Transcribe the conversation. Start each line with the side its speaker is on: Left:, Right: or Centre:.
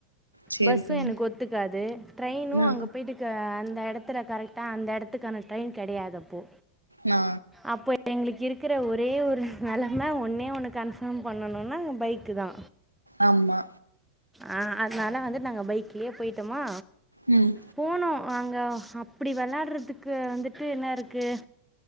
Right: சேரி
Centre: பஸ்ஸு
Right: சேரி
Centre: எனக்கு ஒத்துக்காது ட்ரெயினு
Right: நா
Centre: அங்க போயிட்டு க அந்த எடத்துல கரெக்டா அந்த எடத்துக்கான ட்ரெயின் கெடயாது அப்போ
Right: நா
Centre: அப்போ எங்ளுக்கு இருக்கற ஒரே ஒரு நெலம ஒன்னே ஒன்னு கன்ஃபார்ம் பண்ணணுனா பைக்குதா
Right: ஆமா
Centre: ஆ அதனால வந்துட் நாங்க பைக்லயே போயிட்டமா
Right: ம்
Centre: போனோ அங்க அப்டி வெளயாடுறதுக்கு வந்துட்டு என்ன இருக்கு